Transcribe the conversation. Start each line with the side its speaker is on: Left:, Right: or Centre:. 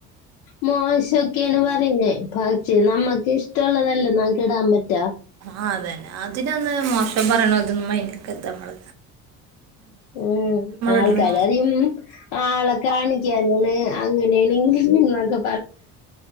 Left: മോശൊക്കെയു പറയനേ പക്ഷേ നമ്മുക്ക് ഇഷ്ടമുള്ളതല്ലേ നമക്ക് ഇടാൻ പറ്റാ
Right: ആ അതന്നെ അതിനൊന്ന് മോശം പറയണ ഇതൊന്നും ഇന്ക് ഇത നമ്മള
Left: ഉം ആൾക്കാര
Right: ഇടണേ
Left: അറും ആളെ കാണിക്കാനാണ് അങ്ങനെയാണ് ഇന്നൊക്കെ